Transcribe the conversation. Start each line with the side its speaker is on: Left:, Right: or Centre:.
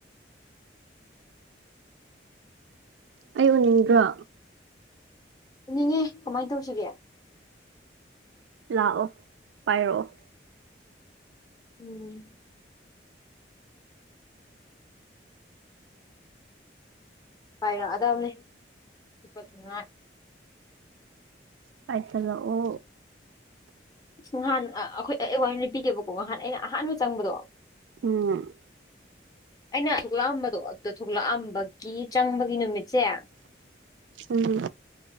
Right: ꯑꯩ ꯎꯅꯤꯡꯗ꯭ꯔꯣ
Left: ꯄꯨꯅꯤꯡꯉꯦ ꯀꯃꯥꯏꯅ ꯇꯧꯁꯤꯒꯦ
Right: ꯂꯥꯛꯑꯣ ꯄꯥꯏꯔꯛꯑꯣ
Left: ꯎꯝ ꯍꯥꯏꯔꯛꯑꯗꯕꯅꯤ ꯄꯄꯠꯉꯥꯏ
Right: ꯄꯥꯏꯁꯂ ꯑꯣ
Left: ꯑꯁ ꯅꯍꯥꯟ ꯑꯩꯈꯣꯏ ꯑꯦ ꯋꯥꯔ ꯂꯤꯕꯤꯒꯦꯕꯀꯣ ꯉꯍꯥꯟ ꯑꯩꯅ ꯑꯍꯥꯟꯕ ꯆꯪꯕꯗꯣ
Right: ꯎꯝ
Left: ꯑꯩꯅ ꯊꯣꯛꯂꯛꯑꯝꯕꯗꯣ ꯑ ꯊꯣꯛꯂꯛꯑꯝꯕꯒꯤ ꯀꯤ ꯆꯪꯕꯒꯤ ꯅꯨꯃꯤꯠꯁꯦ
Right: ꯎꯝ